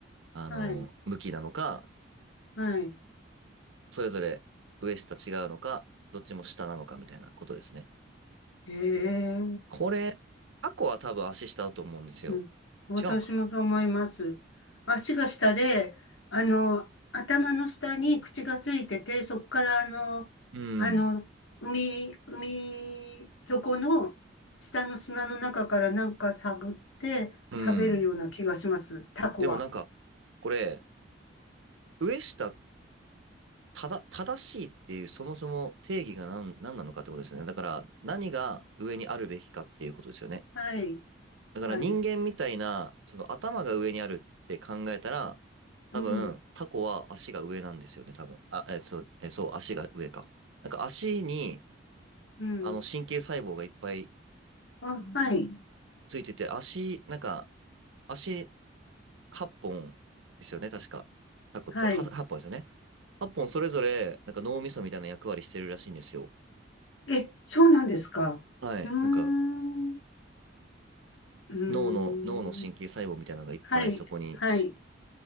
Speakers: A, on the right; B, on the left.
A: あの、
B: はい。
A: 向きなのか、
B: はい。
A: それぞれ上下違うのか、どっちも下なのかみたいなことですね。
B: へえ。
A: これ、タコは多分足下だと思うんですよ。
B: うん、私もそう思います。
A: 違うのか
B: 足が下で、あの、頭の下に口がついてて、そこからあの、
A: なうん。
B: あの、海、海底の下の砂の中からなんか探って食べるような気がします。
A: うん。
B: タコは。
A: でもなんか、これ、上下、ただ、正しいっていう、そもそも定義が何、何なのかってことですよね。だから、何が上にあるべきかっていうことですよね。
B: はい、
A: だから人間みたいな、
B: はい。
A: その頭が上にあるって考えたら、多分、
B: うん、
A: タコは足が上なんですよね、多分。あ、え、そう、え、そう、足が上か。なんか足に、
B: うん。
A: あの、神経細胞がいっぱい
B: あ、はい、
A: ついてて、足、なんか、足8本ですよね、確か。タコって。
B: はい。
A: は8本ですよね。8本それぞれ、なんか脳みそみたいな役割してるらしいんですよ。
B: え、そうなんですか。
A: はい。
B: うーん、
A: なんか、
B: うーん。
A: 脳の、脳の神経細胞みたいなのがいっぱいそこにし
B: はい、はい、